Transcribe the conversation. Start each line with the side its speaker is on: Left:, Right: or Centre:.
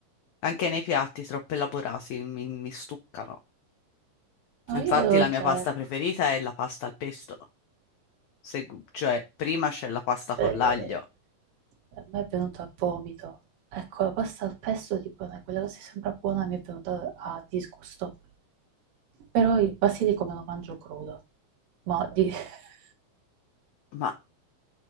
Left: Anche nei piatti troppo elaborati mi, mi stuccano.
Right: no,
Left: Infatti
Right: io lo
Left: la mia
Right: cerco.
Left: pasta preferita è la pasta al pesto. se- cioè prima c'è la pasta con
Right: Eh,
Left: l'aglio,
Right: a me è venuto a vomito. Ecco, la pasta al pesto, tipo, quella cosa sembra buona, mi è venuta a disgusto. Però il basilico me lo mangio crudo. Ma di- <laughs>
Left: ma